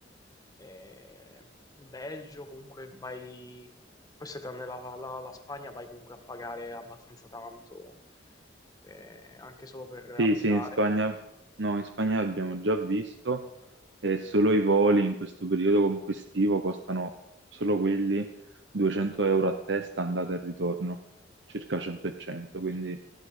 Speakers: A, on the left (about 20°); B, on the right (about 70°).
A: eh, Belgio, comunque vai, forse tranne la, la- la Spagna, vai comunque a pagare abbastanza tanto, eh, anche solo per abitare.
B: Sì, sì, in Spagna, no, in Spagna abbiamo già visto e solo i voli in questo periodo comunque estivo costano solo quelli 200 euro a testa andata e ritorno, circa 100 e 100, quindi